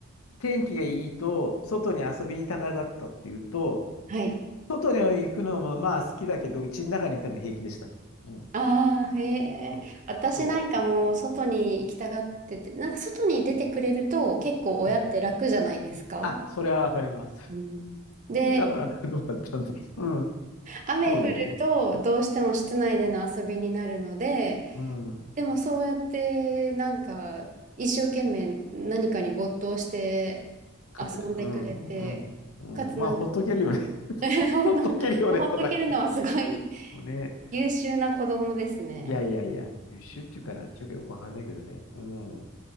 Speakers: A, on the left; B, on the right.
A: ー、天気がいいと、外に遊びに行きたがだったっていうと、
B: はい。
A: 外に行くのもまあ好きだけど、うちの中にいても平気でした。うん。
B: ああ、へ
A: そう。
B: え。私なんかもう外に行きたがってて、
A: そ
B: なんか外に出てくれると結構親って楽じゃないですか。
A: う。うん。うんあ、それはわかります。
B: うん、で、
A: <laughs> だから、どうだったんだろう。うん。
B: 雨降るとどうしても室内での遊びになるので、
A: そうだよね。うん。うん
B: でもそうやってなんか一生懸命何かに没頭して
A: かて、
B: 遊んでくれて、
A: うん、うん、うん。
B: かつなんか
A: まあ、ほっとけるよね。<laughs>
B: <laughs> そんな、
A: ほっとけるよね、
B: パパッと切るのはすごい
A: とか言って。ね。
B: 優秀な子供ですね。
A: いやいやいや、優秀っていうかなんちゅうかよくわかんないけどね。うん。